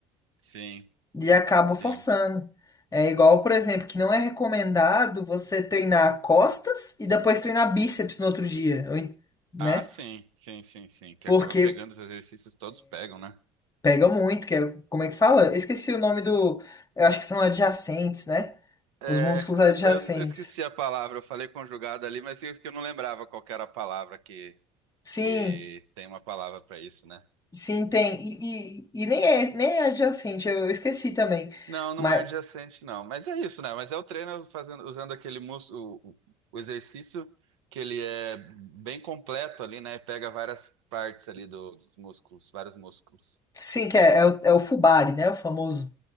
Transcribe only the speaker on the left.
e acaba
forçando. É igual, por exemplo, que não é recomendado você treinar costas e depois treinar bíceps no outro dia, ou em- né?
Porque
pega muito, que é, como é que fala? Eu esqueci o nome do, eu acho que são adjacentes, né?
Os músculos
adjacentes.
Sim,
sim, tem. E, e, e nem é, nem é adjacente, eu, eu esqueci também.
Mas
sim, que é, é, o, é o Fubari, né? O famoso.